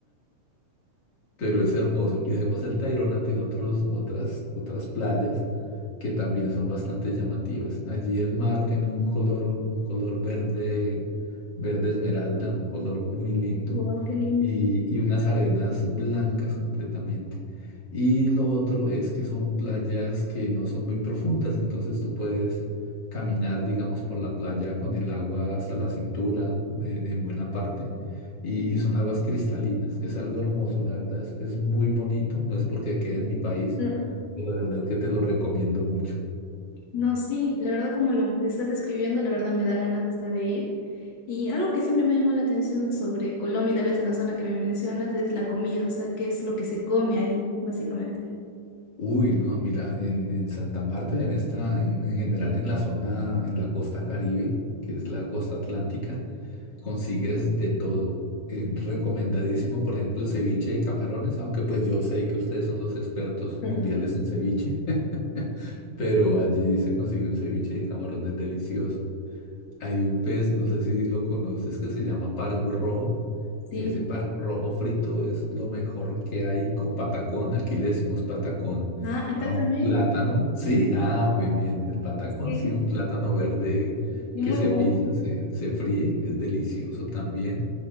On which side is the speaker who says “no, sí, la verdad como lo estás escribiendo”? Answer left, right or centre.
Left